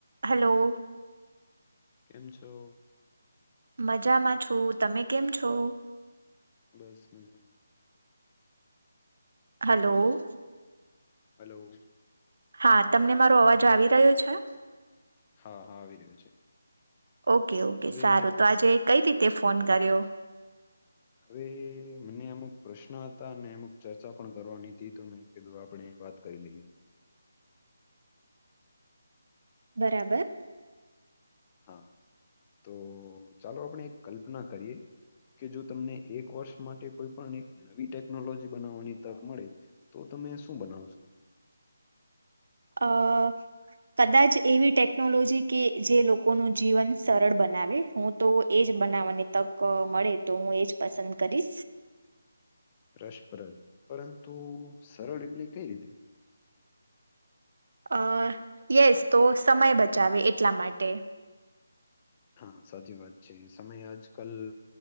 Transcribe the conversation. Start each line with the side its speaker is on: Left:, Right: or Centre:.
Right: Hello.
Left: કેમ છો?
Right: મજામાં છું. તમે કેમ છો?
Left: બસ મજામાં.
Right: હલોવ.
Left: હલોવ.
Right: હા. તમને મારો અવાજ આવી રહ્યો છે?
Left: હા, હા આવી રહ્યો છે.
Right: ઓકે-ઓકે
Left: હવે
Right: સારું. તો આજે કંઈ રીતે ફોન કર્યો?
Left: હવે મને અમુક પ્રશ્ન હતા, અને અમુક ચર્ચા પણ કરવાની તી તો મેં કીધું આપણેે વાત કરી લઈએ.
Right: બરાબર.
Left: હા. તો ચાલો આપણે એક કલ્પના કરીએ કે જો તમને એક વર્ષ માટે કોઈ પણ એક નવી ટેકનોલોજી બનાવવાની તક મળે તો તમે શું બનાવશો?
Right: અહ કદાચ એવી ટેકનોલોજી કે જે લોકોનું જીવન સરળ બનાવે. હું તો એ જ બનાવવાની તક મળે તો હું એ જ પસંદ કરીશ.
Left: <inaudible> રસપ્રદ, પરંતુ સરળ એટલે કઈ રીતે?
Right: અહ યેસ. તો સમય બચાવે એટલા માટે.
Left: હા સાચી વાત છે. સમય આજકલ